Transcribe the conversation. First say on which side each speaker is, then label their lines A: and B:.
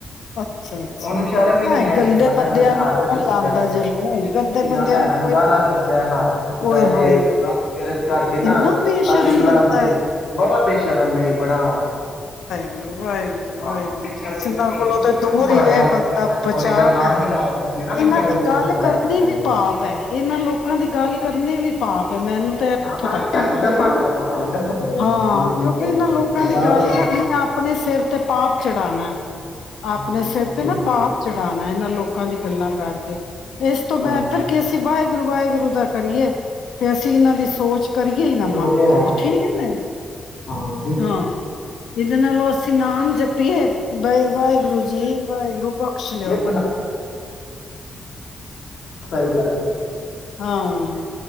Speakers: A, on the left (about 80°); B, on the left (about 55°).
A: ਅੱਛਾ ਅੱਛਾ
B: ਉਹਨੂੰ ਸ਼ਰਮ ਹੀ ਨੀ
A: ਐ
B: ਆਇਆ
A: ਗੰਦੇ
B: ਤੀਆਂ ਭੈਣਾਂ
A: ਬੰਦਿਆਂ
B: ਤੇ ਹੱਥ
A: ਨੂੰ ਕੌਣ
B: ਚੁੱਕਦਾ
A: ਲਾਉਂਦਾ ਜੇ ਮੂੰਹ ਗੰਦੇ
B: ਧੀਆਂ
A: ਬੰਦਿਆਂ
B: ਭੈਣਾਂ ਨੂੰ
A: ਕੋਈ
B: ਗਾਲਾਂ
A: ਨੀ ਲਾਉਂਦਾ
B: ਕਢਦਾ, ਹੱਥ ਚੁੱਕਦਾ
A: ਓਏ
B: ਏ
A: ਹੋਏ
B: ਮਸ ਫਿਰਸ ਕਰਕੇ ਨਾ
A: ਇੰਨਾ ਬੇਸ਼ਰਮ
B: ਅਸੀਂ ਬੁਲਾਦੇ
A: ਬੰਦਾ ਹੈ
B: ਬੜਾ, ਬੇਸ਼ਰਮ ਬੜਾ,
A: ਵਾਹਿਗੁਰੂ, ਵਾਹਿਗੁਰੂ,
B: ਹਾਂ ਪਿੱਛੇ ਉਹਦੀ ਭਤੀਜੀ
A: ਕੋਲੋਂ ਤੇ
B: ਸੀ ਉਹਨੂੰ
A: ਦੂਰ
B: ਮਾਰਿਆ
A: ਹੀ ਰਹੇ
B: ਸੀ
A: ਬੰਦਾ
B: ਫਿਰ ਉਹਦਾ ਚੋਰੀ
A: ਬਚਾ
B: ਦਾ ਨਾਮ
A: ਕੇ
B: ਵੀ
A: ਰਹੇ,
B: ਲਾ ਦਿੱਤਾ ਸੀ ਨਾ ਬੇਚੈਨੀ
A: ਇਹਨਾਂ ਦੀ ਗੱਲ
B: ਚੁੱਕ ਕੇ ਲੈ
A: ਕਰਨੀ
B: ਗਈ
A: ਵੀ
B: ਏ।
A: ਪਾਪ ਹੈ, ਇਹਨਾਂ ਲੋਕਾਂ ਦੀ ਗੱਲ ਕਰਨੀ ਵੀ, ਪਾਪ, ਮੈਨੂੰ ਤੇ ਇੱਥੋਂ
B: ਹਾਂ ਤਾਂ
A: ਤੱਕ
B: ਹੀ ਤਾਂ
A: ਪਤਾ
B: ਅਸੀਂ ਦਫ਼ਾ ਕਰੋ ਹਾਂ ਦਫ਼ਾ ਕਰੋ ਇਹਨੂੰ
A: ਹਾਂ
B: ਅਸੀਂ ਆਪਣੀ
A: ਕਿਉਂਕਿ
B: ਕਰੀਏ
A: ਇਹਨਾਂ ਲੋਕਾਂ
B: ਦਰਬਾਰ
A: ਦੀ ਗੱਲ
B: ਸਾਹਿਬ
A: ਕਰਨੀ
B: ਚ
A: ਆਪਣੇ ਸਿਰ ਤੇ ਪਾਪ ਚੜਾਣਾ। ਆਪਣੇ
B: ਹਾਂ
A: ਸਿਰ
B: ਬਿਲਕੁਲ
A: ਤੇ ਨਾ ਪਾਪ ਚੜਾਣਾ ਇਹਨਾਂ ਲੋਕਾਂ ਦੀ ਗੱਲ ਗੱਲਾਂ ਕਰਕੇ, ਇਸ ਤੋਂ ਬਿਹਤਰ
B: ਹਾਂਜੀ ਹਾਂਜੀ
A: ਕਿ ਅਸੀਂ ਵਾਹਿਗੁਰੂ, ਵਾਹਿਗੁਰੂ ਦਾ ਕਰੀਏ। ਤੇ ਅਸੀਂ ਇਹਨਾਂ ਦੀ ਸੋਚ, ਕਰੀਏ ਹੀ ਨਾ
B: ਦੇਖੋ
A: ਮਨ
B: ਉਹ ਤੇ
A: ਦੇ
B: ਹੈ
A: ਵਿੱਚ ਠੀਕ ਹੈ ਨਾ,
B: ਹਾਂ ਬਿਲ-
A: ਹਾਂ ਇਹਦੇ ਨਾਲੋਂ ਅਸੀਂ ਨਾਮ, ਜੱਪੀਏ, ਵਾ ਵਾਹਿਗੁਰੂ ਜੀ ਵਾਹਿਗੁਰੂ ਬਖਸ਼ ਲਿਓ।
B: ਦੇਖੋ ਨਾ, ਸਹੀ ਗੱਲ ਹੈ।
A: ਹਾਂ